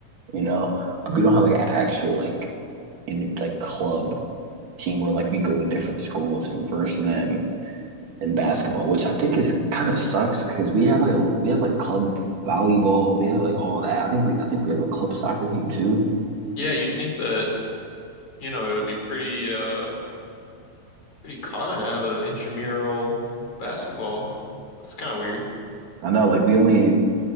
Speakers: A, on the right (about 75°); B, on the left (about 60°).
A: you know. But we don't have like an actual like in like club team where like we go to different schools and verse them in basketball, which I think is kind of sucks because we have like a we have like club volleyball, we have like all that. I think we I think we have a club soccer team too.
B: Yeah, you'd think that, you know, it would be pretty uh pretty common to have an intramural basketball. That's kind of weird.
A: I know, like we only